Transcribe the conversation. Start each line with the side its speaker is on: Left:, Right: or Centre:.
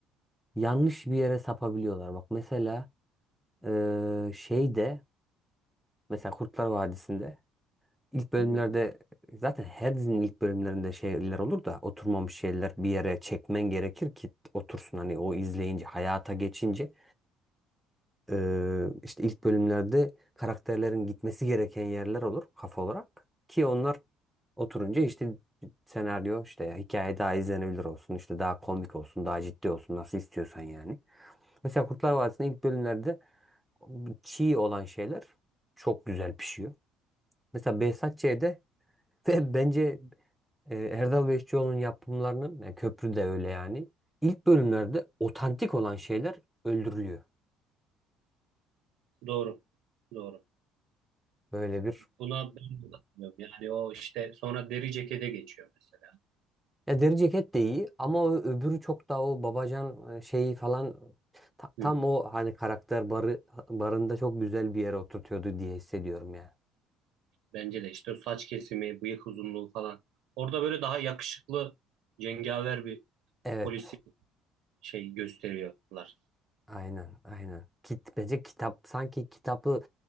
Centre: yanlış bir yere sapabiliyorlar. Bak mesela e, şeyde mesela Kurtlar Vadisi'nde ilk bölümlerde
Right: hı hı,
Centre: zaten her dizinin ilk bölümlerinde şeyler olur da oturmamış şeyler bir yere çekmen gerekir ki otursun hani o izleyince hayata geçince. Ee, işte ilk bölümlerde karakterlerin gitmesi gereken yerler olur kafa olarak. Ki onlar oturunca işte senaryo işte hikaye daha izlenebilir olsun işte daha komik olsun daha ciddi olsun nasıl istiyorsan yani. Mesela Kurtlar Vadisi'nin ilk bölümlerde çiğ olan şeyler çok güzel pişiyor. Mesela Behzat Ç'de ve <laughs> bence e, Erdal Beşçioğlu'nun yapımlarının yani köprü de öyle yani. İlk bölümlerde otantik olan şeyler öldürülüyor.
Right: Doğru. Doğru.
Centre: Böyle bir
Right: Buna ben de katılıyorum. Yani o işte sonra deri cekete geçiyor mesela.
Centre: Ya deri ceket de iyi ama o öbürü çok daha o babacan e, şeyi falan ta-
Right: Hı
Centre: tam
Right: hı.
Centre: o hani karakter barı barında çok güzel bir yere oturtuyordu diye hissediyorum ya.
Right: Bence de işte o saç kesimi, bıyık uzunluğu falan. Orada böyle daha yakışıklı, cengaver bir
Centre: Evet.
Right: polisi şey gösteriyorlar.
Centre: Aynen, aynen. Kit, bence kitap sanki kitabı